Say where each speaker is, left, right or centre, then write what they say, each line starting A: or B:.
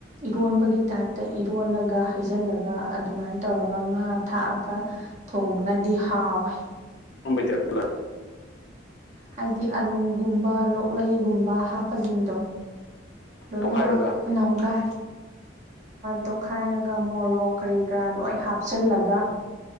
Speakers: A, on the right; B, on the left.
A: ꯏꯔꯣꯟꯕꯒꯤ ꯇꯥꯏꯞꯇ ꯏꯔꯣꯜꯂꯒ ꯍꯩꯖꯤꯜꯂꯒ ꯑꯗꯨꯃꯥꯏꯅ ꯇꯧꯔꯒ ꯉꯥ ꯊꯥꯛꯑꯒ ꯊꯣꯡꯕꯅꯗꯤ ꯍꯥꯎꯋꯦ
B: ꯃꯕꯩꯇꯩꯦꯠꯄ ꯂ
A: ꯍꯥꯏꯗꯤ ꯑꯥꯂꯨꯒꯨꯝꯕ ꯂꯣꯛꯂꯩꯒꯨꯝꯕ ꯍꯥꯞꯄꯁꯤꯡꯗꯣ ꯂꯣꯏꯃꯛ
B: ꯇꯣꯈꯥꯏꯔꯒ
A: ꯉꯒ ꯇꯣꯠꯈꯥꯏꯔꯒ ꯃꯣꯔꯣꯛ ꯀꯔꯤ ꯀꯔꯥ ꯂꯣꯏ ꯍꯥꯞꯆꯤꯜꯂꯒ